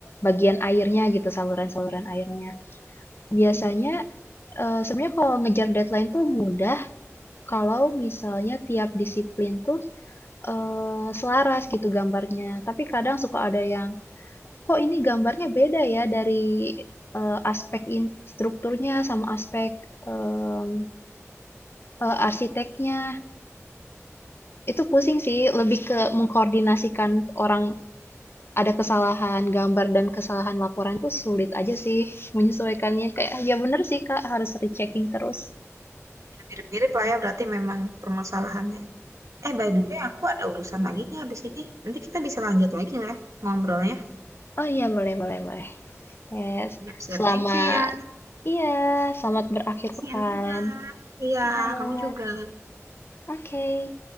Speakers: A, on the left (about 45°); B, on the right (about 75°).
A: bagian airnya gitu, saluran-saluran airnya. Biasanya,
B: Hmm.
A: eh, sebenarnya kalau ngejar deadline tuh mudah, kalau misalnya tiap disiplin tuh eee, selaras gitu gambarnya. Tapi kadang suka ada yang, "Kok ini gambarnya beda ya dari, eee, aspek in strukturnya sama aspek, mmm, eee, arsiteknya." Itu pusing sih, lebih ke mengkoordinasikan orang ada kesalahan gambar dan kesalahan laporan tuh sulit aja sih menyesuaikannya. Kayak, ya bener sih, Kak, harus rechecking terus.
B: Ya, Mirip-mirip lah ya berarti memang permasalahannya. Eh by the way aku ada urusan lagi nih habis ini nanti kita bisa lanjut lagi nggak ya ngobrolnya.
A: Oh iya, boleh boleh boleh. Kayak,
B: Siap-siap.
A: selamat
B: Thank you ya.
A: iya, selamat berakhir pekan.
B: Siang juga. Iya,
A: Iya.
B: kamu juga.
A: Oke. Okay.